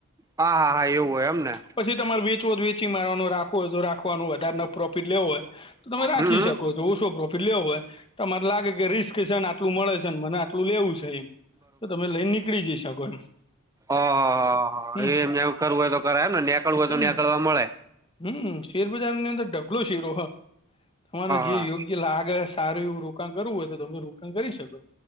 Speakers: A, on the right; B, on the left.
A: હા હા એવું હોય એમને
B: પછી તમાર વીચવુ હોય વેચ મારવાનું રાખવો હોય તો રાખવાનું વધારે ન પ્રોફિટ લેવો હોય તો રાખી
A: હમ
B: શકો છો ઓછો પ્રોફિટ લેવો હોય. તમારે લાગે કે રિસ્ક છે ને આટલું મળે છે ને મને આટલું લેવું છે એમ તો તમે લઈને નીકળી જઈ શકો એમ
A: ઓ
B: હમ
A: એ એમને કરું હોય તો કરાય એમ ને નિકળવું હોય તોનીકળવા
B: હમ
A: મલે.
B: હમ શેરબજારની અંદર ઢગલો શેરો હ તમારા
A: હા
B: જે યોગ્ય લાગે સારું એવું રોકાણ કરવું હોય તો તમે રોકાણ કરી શકો